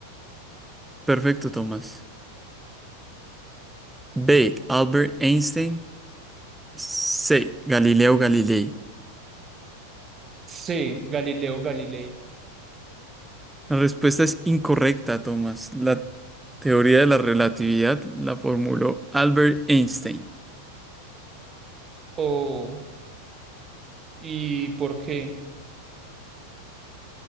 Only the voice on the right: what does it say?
C. Galileo Galilei.
Oh, ¿y por qué? <laughs>